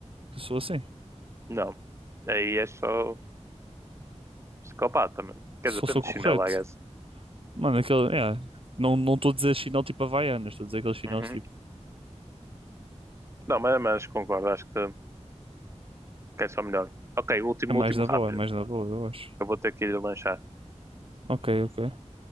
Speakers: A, on the right (about 50°); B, on the right (about 25°).
A: Eu sou assim.
B: Não. Aí é só psicopata, mano. Quer
A: Só
B: dizer, tanto
A: sou correto.
B: chinelo, I guess.
A: Mano, aquele. É, não não estou a dizer chinelo tipo Havaianas, estou a dizer aqueles chinelos
B: Uhum.
A: tipo.
B: Não, mas, mas concordo. Acho que, que é só melhor. Ok, último,
A: É mais
B: último
A: na
B: rápido.
A: boa, é mais na boa, eu acho.
B: Eu vou ter que ir lanchar.
A: Ok, ok.